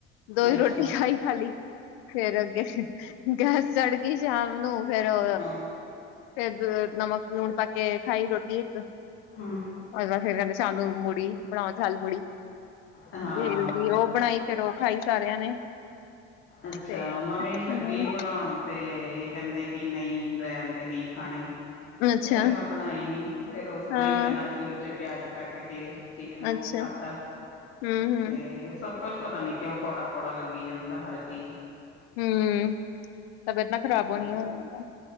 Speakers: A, on the left; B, on the left.
A: ਦੋ ਈ
B: ਅੱਛਾ
A: ਰੋਟੀ ਖਾਈ ਖਾਲੀ ਫੇਰ ਅੱਗੇ ਗੈਸ ਚੜਗੀ ਸ਼ਾਮ ਨੂੰ ਫੇਰ ਓ
B: ਹਾਂ
A: ਫੇਰ ਨਮਕ ਨੂਨ ਪਾ ਕੇ ਖਾਈ ਰੋਟੀ ਇੱਕ।
B: ਹੂੰ
A: ਅੱਜ ਤਾਂ ਫੇਰ ਕੈਦੇ ਸ਼ਾਮ ਨੂੰ ਮੁੜੀ ਬਣਾਓ <unintelligible> ਮੁੜੀ
B: ਹਾਂ।
A: <unintelligible> ਓ। ਬਣਾਈ ਫੇਰ ਓ ਖਾਈ ਸਾਰਿਆਂ ਨੇ।
B: ਅੱਛਾ
A: ਤੇ
B: ਮਾ ਵੀ ਲੱਗੀ
A: ਹੂੰ
B: ਬਣੌਨ। ਤੇ ਏ ਕੈਦੇ ਕਿ ਨਈ ਰਹਿਣ ਦੇ ਨਈ ਖਾਣੀ।
A: ਅੱਛਾ
B: ਫੇਰ ਮੈਂ ਬਣਾਈ ਨੀ ਫੇਰ ਉਸ ਤਰ੍ਹਾਂ
A: ਹਾਂ
B: ਈ ਚਨਾ ਚੁਰ ਚ ਪਿਆਜ਼ ਕੱਟ ਕੇ। ਫੇਰ ਓ
A: ਅੱਛਾ
B: ਖਾਦਾ
A: ਹੂੰ-ਹੂੰ
B: ਤੇ ਸਭ ਕੁਛ ਪਤਾ ਨੀ ਕਿਉਂ ਕੌੜਾ-ਕੌੜਾ ਲੱਗੀ ਜਾਂਦਾ ਹਰ ਚੀਜ਼।
A: ਹੂੰ ਤਬੀਅਤ ਨਾ ਖ਼ਰਾਬ
B: ਤੁਹਾਨੂੰ
A: ਹੋਣੀ ਹੋ ਜਾਂਦਾ।